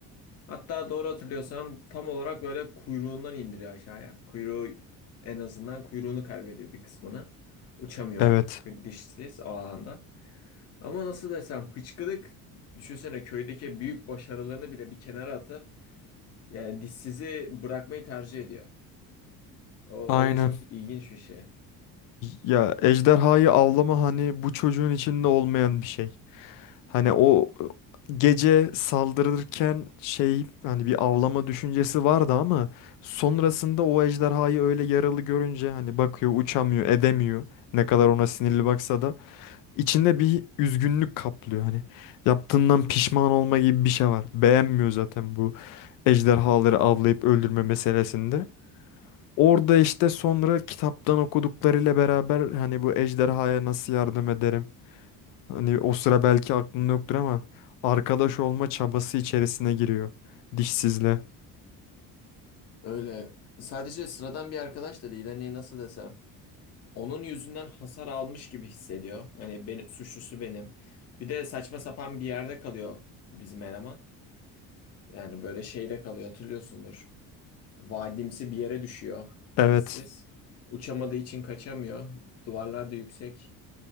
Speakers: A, on the left; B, on the left.
A: Hatta doğru hatırlıyorsam tam olarak böyle kuyruğundan indiriyor aşağıya. Kuyruğu en azından kuyruğunu kaybediyor bir kısmını. Uçamıyor
B: Evet.
A: dişsiz o alanda. Ama nasıl desem hıçkırık düşünsene köydeki büyük başarılarını bile bir kenara atıp yani dişsizi bırakmayı tercih ediyor. O, o
B: Aynen.
A: da çok ilginç bir şey.
B: Ya ejderhayı avlama hani bu çocuğun içinde olmayan bir şey. Hani o e, gece saldırırken şey hani bir avlama düşüncesi vardı ama sonrasında o ejderhayı öyle yaralı görünce hani bakıyor uçamıyor edemiyor. Ne kadar ona sinirli baksa da içinde bir üzgünlük kaplıyor hani. Yaptığından pişman olma gibi bir şey var. Beğenmiyor zaten bu ejderhaları avlayıp öldürme meselesinde. Orada işte sonra kitaptan okuduklarıyla beraber hani bu ejderhaya nasıl yardım ederim? Hani o sıra belki aklında yoktur ama arkadaş olma çabası içerisine giriyor. Dişsizle.
A: Öyle sadece sıradan bir arkadaş da değil hani nasıl desem. onun yüzünden hasar almış gibi hissediyor. Hani benim suçlusu benim. Bir de saçma sapan bir yerde kalıyor bizim eleman. Yani böyle şeyde kalıyor hatırlıyorsundur. Vadimsi bir yere düşüyor
B: Evet.
A: dişsiz. Uçamadığı için kaçamıyor. Duvarlar da yüksek.